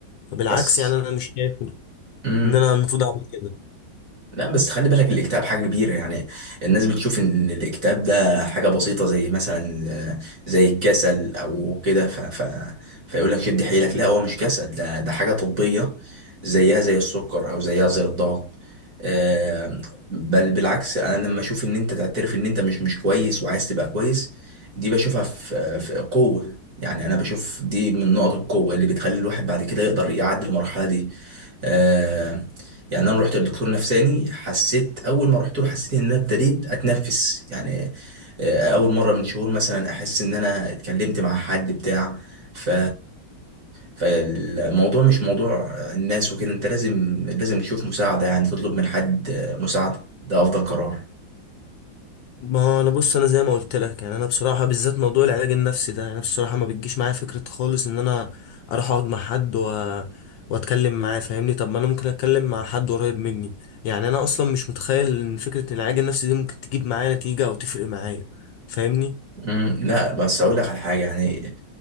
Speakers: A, on the left; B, on the right.
A: بالعكس
B: بس
A: يعني انا مش شايف ان
B: امم
A: انا المفروض اعمل كده
B: لا بس خلي بالك الاكتئاب حاجة كبيرة يعني الناس بتشوف ان الاكتئاب ده حاجة بسيطة زي مثلا آه، زي الكسل او كده ف... ف... فيقول لك شد حيلك لا هو مش كسل ده ده حاجة طبية زيها زي السكر او زيها زي الضغط آه، بل بالعكس انا لما اشوف ان انت تعترف ان انت مش مش كويس وعايز تبقى كويس دي بشوفها في في قوة يعني انا بشوف دي من نقط القوة اللي بتخلي الواحد بعد كده يقدر يعدي المرحلة دي آه، يعني انا رحت لدكتور نفساني حسيت اول ما رحت له حسيت ان انا ابتديت اتنفس يعني آه، اول مره من شهور مثلا احس ان انا اتكلمت مع حد بتاع ف فالموضوع مش موضوع الناس وكده انت لازم لازم تشوف مساعده يعني تطلب من حد آه، مساعده ده افضل قرار
A: ما هو انا بص انا زي ما قلت لك يعني انا بصراحه بالذات موضوع العلاج النفسي ده يعني انا بصراحه ما بتجيش معايا فكره خالص ان انا اروح اقعد مع حد و... واتكلم معاه فاهمني طب ما انا ممكن اتكلم مع حد قريب مني يعني انا اصلا مش متخيل ان فكره إن العلاج النفسي دي ممكن تجيب معايا نتيجه او تفرق معايا فاهمني
B: مم، لا بس اقول لك على حاجه يعني